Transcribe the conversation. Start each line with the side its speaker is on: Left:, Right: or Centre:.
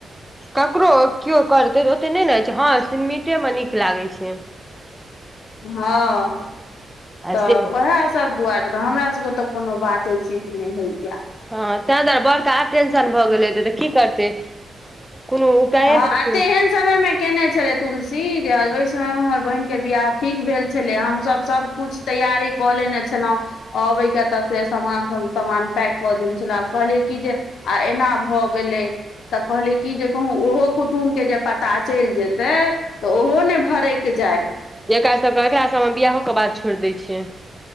Centre: ककरो केओ करतै तऽ ओते नै ने होइ छै हँ सिमिटे मे नीक लागै छै
Left: हँ तऽ
Centre: से
Left: उएह सब दुआ देत हमरा सबके तऽ कोनो बाते चीत नै होइया
Centre: हँ ताहि दुआरे बड़के आर टेंशन भऽ गेल हेतै तऽ की करतै कोनो उपाये
Left: हँ
Centre: नहि
Left: आ
Centre: छै
Left: तेहेन समय मे केने छलै तुलसी जे आई ओहि समय मे हमर बहिन के बियाह ठीक भेल छलै हमसब सब कुछ तैयारी कऽ लेने छलहुँ अबै के तऽ से समान तमान पैक कऽ देने छलाह आब कहलियै कि जे आ एना भऽ गेलै तऽ कहलियै की जे कहूँ ओहो कुटुमके जे पता चलि जेतै तै तऽ ओहो ने भरइक जाय
Centre: एकरा सबके एकरा सबमे बियाहो के बाद छोड़ि दै छियै